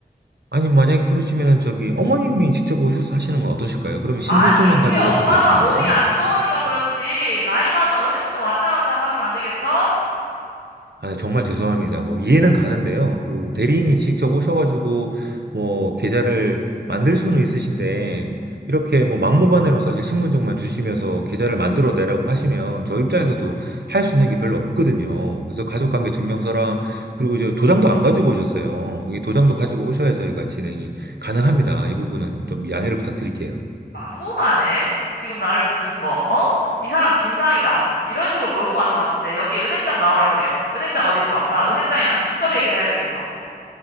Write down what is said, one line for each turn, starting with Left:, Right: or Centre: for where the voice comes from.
Right: 아니, 만약에 그러시면은 저기 어머님이 직접 오셔서 하시는 건 어떠실까요? 그러면 신분증만
Left: 아니, 우리
Right: 가지고
Left: 엄마가
Right: 오셔도 되시는데.
Left: 몸이 안 좋으니까 그렇지. 나이 많은 어르신을 왔다 갔다 하게 만들겠어?
Right: 아, 네, 정말 죄송합니다. 뭐, 이해는 가는데요. 그, 대리인이 직접 오셔가지고, 뭐, 계좌를 만들 수는 있으신데, 이렇게 뭐, 막무가내로 사실 신분증만 주시면서 계좌를 만들어 내라고 하시면, 저 입장에서도 할 수 있는 게 별로 없거든요. 그래서 가족관계 증명서랑, 그리고 이제 도장도 안 가지고 오셨어요. 이 도장도 가지고 오셔야 저희가 진행이 가능합니다. 이 부분은 좀 양해를 부탁드릴게요.
Left: 막무가내? 지금 나를 무슨 뭐, 어? 이 사람 진상이다. 이런 식으로 몰고 가는 것 같은데 여기 은행장 나오라 그래요. 은행장 어디 있어? 나 은행장이랑 직접 얘기를 해야 되겠어.